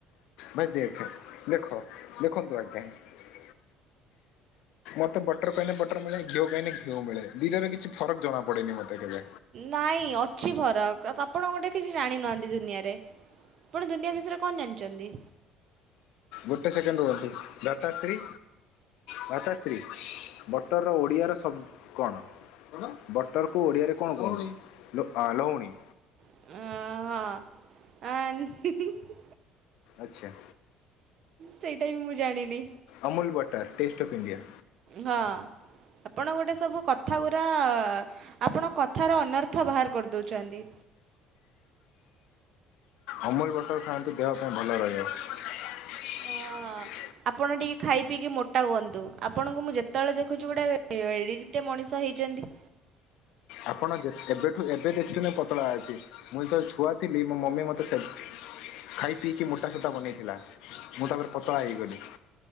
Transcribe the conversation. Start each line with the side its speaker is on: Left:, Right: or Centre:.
Left: ଭସି ଦେଇଛ ଦେଖ। ଦେଖନ୍ତୁ ଆଜ୍ଞା ମତେ ପଠ ବଟର କଇନେ ବଟର ମିଳେ ଘିଅ କହିନେ ଘିଅ ମିଳେ। ଦୁଇଟାରେ କିଛି ଫରକ ଜଣା ପଡେନି ମତେ କେବେ।
Right: ନାଇଁ ଅଛି ଫରକ ଆପଣ ଗୋଟେ କିଛି ଜାଣିନାହାନ୍ତି ଦୁନିଆଁରେ। ଆପଣ ଦୁନିଆଁ ବିଷୟରେ କଣ ଜାଣଚନ୍ତି?
Left: ଗୋଟେ ସେକେଣ୍ଡ ରୁହତି ଦାତାଶ୍ରୀ। ମାତାଶ୍ରୀ ବଟରର ଓଡ଼ିଆର ଶବ୍ କଣ? କଣ ବଟରକୁ ଓଡ଼ିଆରେ କଣ କୁହନ୍ତି ଲହୁଣୀ ଲୋ ଅ ଲୁହୁଣି।
Right: ଅ ହଁ ଆ ହୁଁ ହୁଁ ହୁଁ।
Left: ଆଚ୍ଛା।
Right: ସେଇଟା ବି ମୁଁ ଜାଣିନି।
Left: Amul butter taste of India.
Right: ହଁ ଆପଣଙ୍କ ଗୋଟେ ସବୁ କଥା ଗୁରା ଆପଣ କଥାର ଅନର୍ଥ ବାହାର କରିଦଉଛନ୍ତି।
Left: ଅମୁଲ ବଟର ଖାଆନ୍ତୁ ଦେହ ପାଇଁ ଭଲ ରହିବ। <unintelligible>
Right: ହଁ। ଆପଣ ଟିକି ଖାଇ ପିଇକି ମୋଟା ହୁଅନ୍ତୁ ଆପଣଙ୍କୁ ମୁଁ ଯେତେବେଳେ ଦେଖୁଛି ଗୋଟେ ଏଡିକି ଟେ ମଣିଷ ହେଇଛନ୍ତି।
Left: ଆପଣ ଯେ ଏବେଠୁ ଏବେ ଦେଖୁଛନ୍ତି ମୁଁ ପତଳା ଅଛି। ମୁଁ ଯେତେବେଳେ ଛୁଆ ଥିଲି ମୋ ମମି ମତେ ସେ ଖାଇ ପିଇକି ମୋଟା ସୋଟା ବନେଇଥିଲା। ମୁଁ ତାପରେ ପତଳା ହେଇଗଲି।